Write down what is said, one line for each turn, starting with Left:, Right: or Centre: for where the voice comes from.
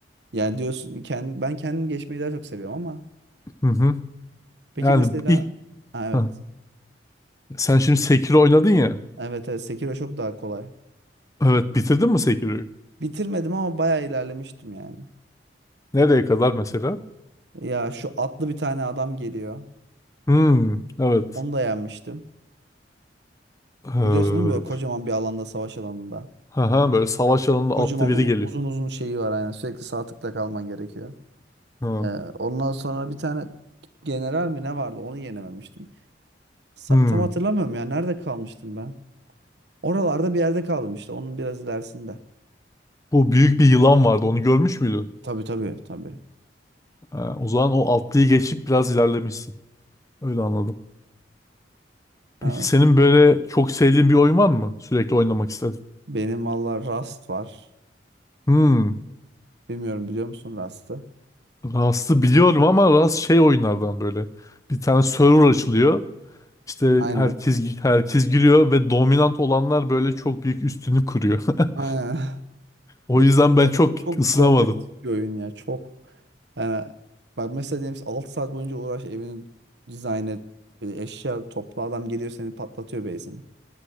Right: Yani diyorsun kendi, ben kendim geçmeyi daha çok seviyorum ama
Left: Hı hı.
Right: peki
Left: Yani
Right: mesela
Left: ilk
Right: ha, evet.
Left: Hı. sen şimdi Sekiro oynadın ya.
Right: Evet evet Sekiro çok daha kolay.
Left: Evet, bitirdin mi Sekiro'yu?
Right: Bitirmedim ama bayağı ilerlemiştim yani.
Left: Nereye kadar mesela?
Right: Ya şu atlı bir tane adam geliyor.
Left: Hmm, evet.
Right: Onu da yenmiştim.
Left: Ee, hı
Right: Biliyorsun değil mi böyle kocaman bir alanda, savaş alanında.
Left: hı, böyle savaş alanında
Right: Kocaman
Left: atlı biri
Right: bir u-
Left: geliyor.
Right: uzun uzun şeyi var aynen. Sürekli sağ tıkla kalman gerekiyor.
Left: Ha.
Right: Ee, ondan sonra bir tane general mi ne vardı onu yenememiştim. Sa-
Left: Hmm.
Right: tam hatırlamıyorum ya. Nerede kalmıştım ben? Oralarda bir yerde kaldım işte. Onun biraz ilerisinde.
Left: Bu büyük bir yılan vardı. Onu görmüş müydün?
Right: Tabii tabii tabii.
Left: Ha, o zaman o atlıyı geçip biraz ilerlemişsin. Öyle anladım. Peki
Right: Evet.
Left: senin böyle çok sevdiğin bir oyun var mı? Sürekli oynamak istedim.
Right: Benim valla Rust var.
Left: Hmm.
Right: Bilmiyorum biliyor musun Rust'ı?
Left: Rust'ı biliyorum ama Rust şey oyunlardan böyle. Bir tane server açılıyor. İşte
Right: Aynen.
Left: herkes herkes giriyor ve dominant olanlar böyle çok büyük üstünü kuruyor. <laughs>
Right: Aynen. <laughs>
Left: O
Right: Diğerleri
Left: yüzden ben
Right: patlatıyor.
Left: çok
Right: Çok
Left: ısınamadım.
Right: kompetitif bir oyun ya. Çok yani bak mesela diyelim 6 saat boyunca uğraş evini dizayn et. e, Eşya topla adam geliyor seni patlatıyor base'ini.